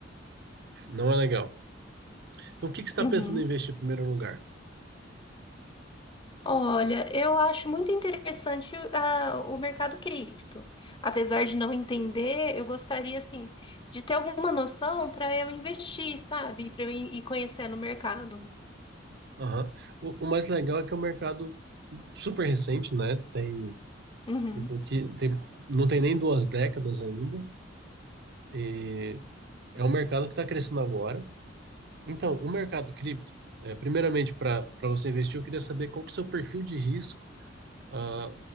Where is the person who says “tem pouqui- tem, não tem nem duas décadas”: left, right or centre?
Right